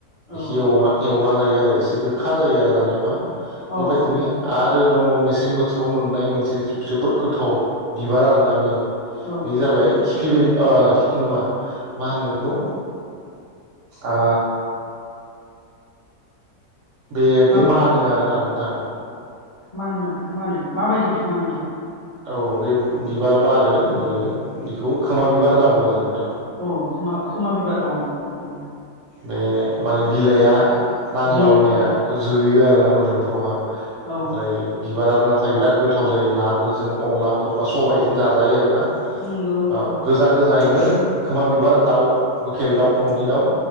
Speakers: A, on the left; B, on the right.
A: औ
B: एव एवना जायो आरो एसे गोखा जायो आरो जानायावहा।
A: औ
B: बेबायदिनो
A: औ
B: आरो दङ मेसें बोथोराव मोननाय मोनसे जोबोद गोथाव बिबार आरोना बियो।
A: औ
B: बे जाबाय सिफि बे सिफि नङा मा होनो बेखौ। आ। बे बेयो
A: मा
B: मानो आरोना नोंथां।
A: मा मानो माबायदि बिफाङा नोंथां।
B: औ बे बिबार बारो बियो बेखौ खोमा बिबार होनना बुङो जों नोंथां।
A: औ खोमा खुमा बिबार औ औ औ
B: बे माने बिलाइआ नांबा
A: जोयो
B: मानिया
A: औ
B: जोयो आरोना मोदोमफ्रावहा
A: औ
B: ओमफ्राय बिबारा नाथाय बिराद गोथाव जायो नाफोरजों अनलाफोर बा सबायजों जाजायो आरोना
A: नंगौ नंगौ
B: बा गोजा गोजायै बिदिनो खोमा बिबार दाउ लकेल दाउ न'नि दाउ